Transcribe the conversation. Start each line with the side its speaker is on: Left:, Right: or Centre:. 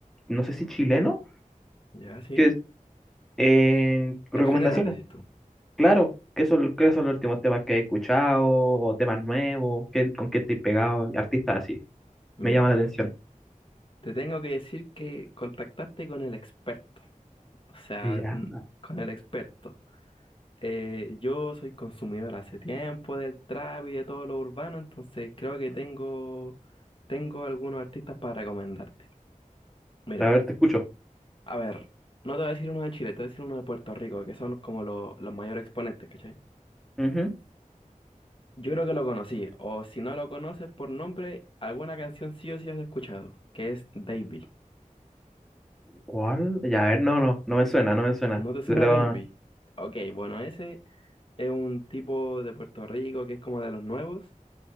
Centre: no sé si chileno,
Left: ya, sí.
Centre: que es, eh, recomendaciones.
Left: En general, decís tú.
Centre: Claro, ¿qué son, qué son los últimos temas que he escuchado o temas nuevos? ¿Qué- con qué estoy pegado? Artistas así,
Left: Mira,
Centre: me llama la atención.
Left: te tengo que decir que contactaste con el experto. O sea,
Centre: Y ya,
Left: mm, con el experto. Eh, yo soy consumidor hace tiempo del trap y de todo lo urbano, entonces creo que tengo, tengo algunos artistas para recomendarte. Mira,
Centre: a ver, te escucho.
Left: a ver, no te voy a decir uno de Chile, te voy a decir uno de Puerto Rico, que son como lo- los mayores exponentes, ¿cachai?
Centre: Ujú.
Left: Yo creo que lo conocí, o si no lo conoces por nombre, alguna canción sí o sí has escuchado, que es Davey.
Centre: ¿Cuál? Ya, a ver, no, no, no me suena, no me suena.
Left: ¿No te suena
Centre: Pero,
Left: Davey? Ok, bueno, ese es un tipo de Puerto Rico que es como de los nuevos,